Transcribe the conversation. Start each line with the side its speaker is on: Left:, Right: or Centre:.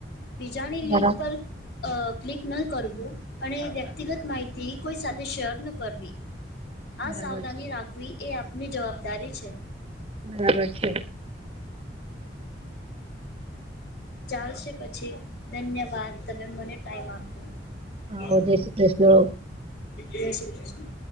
Left: બીજાની
Right: બરા
Left: લિંક પર અ ક્લિક ન કરવું, અને વ્યક્તિગત માહિત થી કોઈ સાથે શેર ન કરવી
Right: બરાબર
Left: આ સાવધાની
Right: છે
Left: રાખવી- એ આપની જવાબદારી છે.
Right: બરાબર છે.
Left: ચાલશે પછી ધન્યવાદ- વાત તમે મને ટાઈમ આપ્યો-
Right: અ, જય શ્રી કૃષ્ણ
Left: જય શ્રી કૃષ્ણ-